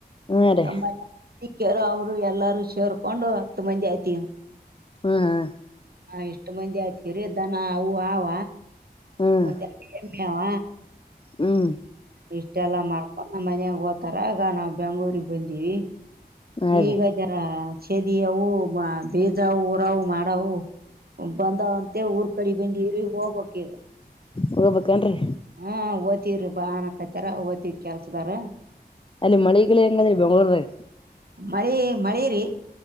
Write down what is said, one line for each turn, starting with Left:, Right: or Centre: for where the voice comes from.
Left: ಹಾ ರೀ
Right: ನಮ್ಮರು ಅವರು ಎಲ್ಲಾರೂ ಸೇರ್ಕೊಂಡು ಹತ್ತು ಮಂದಿ ಆಯ್ತಿ
Left: ಹಾ ಹಾ
Right: ಹ ಇಷ್ಟು ಮಂದಿ ಆಯತರ್ದಾನ ಅವು ಆವ
Left: ಹ್ಮ್
Right: ಒಂದುಡುಾವ
Left: ಹ್ಮ್
Right: ಇಷ್ಟೆಲ್ಲಾ ಮಾಡ್ಕೊಂಡ್ ಮನ್ಯಾಗ ಓ್ತಾರ ಆಗ ನಾವವು ಬೆಂಗ್ಳೂರಿಗೆ ಬಂದಿವವಿ
Left: ಹಾ
Right: ಈಗ
Left: ರೀ
Right: ಜರ ದಿಯವು ಬೀಜ ಊರವು ಮಾಡವು ಬಂದಾವಂತೆ ಊರ್ ಕಡಿ ಬಂದಿರಿ ಹೋಗ್ಬಕ್ ಈಗ
Left: ಹೋಗ್ಬೇಕೇನ್ರಿ
Right: ಹಾ ಓತವ್ರಿ ಬಾಾನಕತ್ತಾರ ಓ್ತಿವಿ ಕೆಲ್ಸದಾರ
Left: ಅಲ್ಲಿ ಮಳಿಗಳ ಹೆಂಗಾದ್ರಿ ಬೆಂಗ್ಳೂರ್ದಾಗ
Right: ಮಳಿ ಮಳಿರಿ